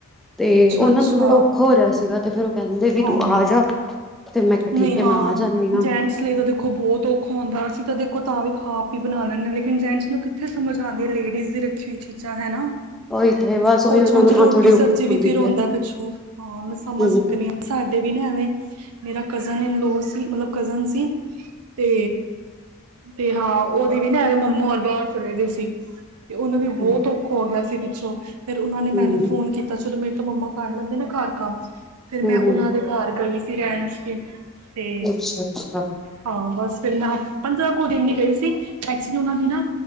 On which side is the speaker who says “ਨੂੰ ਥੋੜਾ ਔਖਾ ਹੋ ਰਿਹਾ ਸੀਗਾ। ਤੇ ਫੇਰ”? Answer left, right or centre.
Centre